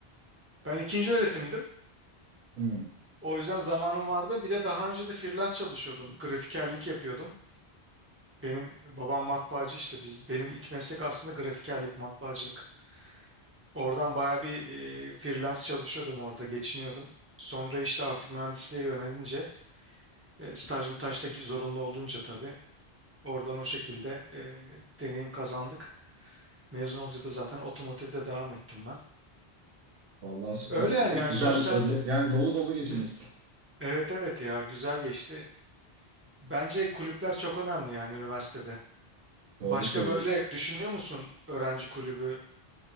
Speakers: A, on the right (about 20°); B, on the right (about 65°).
A: Ben ikinci öğretimdim.
B: Hmm.
A: O yüzden zamanım vardı. Bir de daha önce de freelance çalışıyordum. Grafikerlik yapıyordum. Benim babam matbaacı işte biz benim ilk meslek aslında grafikerlik, matbaacılık. Oradan baya bir e, freelance çalışıyordum orada geçiniyordum. Sonra işte artık mühendisliğe yönelince e, staj mütaj da zorunlu olunca tabii oradan o şekilde e, deneyim kazandık. Mezun olunca da zaten otomotivde devam ettim ben.
B: Vallahi süper
A: Öyle
B: ya.
A: yani
B: Çok
A: yani
B: güzel.
A: sosyal
B: ö- Yani dolu dolu geçirmişsin.
A: Hı. evet evet ya güzel geçti. Bence kulüpler çok önemli yani üniversitede.
B: Doğru
A: Başka
B: söylüyorsun.
A: böyle düşünüyor musun öğrenci kulübü?